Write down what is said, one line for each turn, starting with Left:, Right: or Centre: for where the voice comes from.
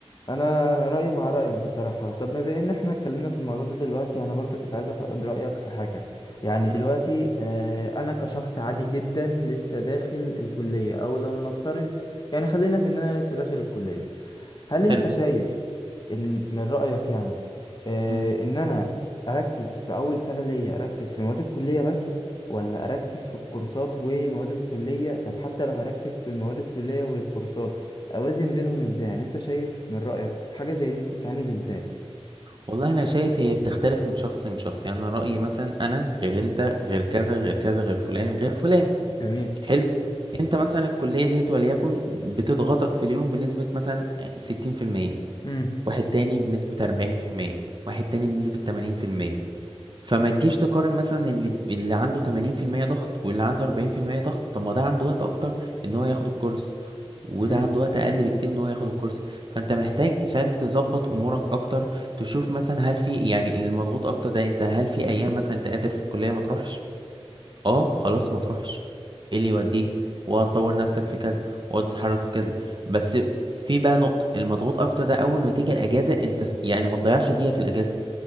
Left: انا رايي مع رايك بصراحه طب ما بان احنا اتكلمنا في الموضوع ده دلوقتي يعني انا برضه كنت عايز اخد رايك في حاجه يعني
Right: امم
Left: دلوقتي آه، انا كشخص عادي جدا لسه داخل الكليه او لو نفترض يعني خلينا في ان انا لسه داخل الكليه هل
Right: حلو
Left: انت شايف ان من رأيك يعني آه
Right: مم.
Left: ان انا اركز في اول سنة ليا اركز في مواد الكلية بس ولا اركز في الكورسات ومواد الكلية طب حتى لو هركز في مواد الكلية والكورسات اوازن بينهم ازاي يعني انت شايف من رأيك حاجة زي دي تتعمل ازاي
Right: والله انا شايف هي بتختلف من شخص من شخص يعني انا رايي مثلا انا غير انت غير كذا غير كذا غير فلان غير فلان
Left: جميل
Right: حلو انت مثلا الكليه ديت وليكن بتضغطك في اليوم بنسبه مثلا 60%
Left: امم
Right: واحد تاني بنسبه 40% واحد تاني بنسبه 80% فما تجيش تقارن مثلا اللي اللي عنده 80% ضغط واللي عنده 40% ضغط طب ما ده عنده وقت اكتر ان هو ياخد الكورس وده
Left: امم
Right: عنده وقت اقل بكتير ان هو ياخد الكورس فانت محتاج فاهم تظبط امورك اكتر تشوف مثلا هل في يعني المضغوط اكتر ده انت هل في ايام مثلا انت قادر في الكلية ما تروحش اه خلاص ما تروحش ايه اللي يوديك وهتطور نفسك في كذا وهتتحرك في كذا بس في بقى نقطة المضغوط أكتر ده أول ما تيجي الأجازة أنت س- يعني ما تضيعش دقيقة في الأجازة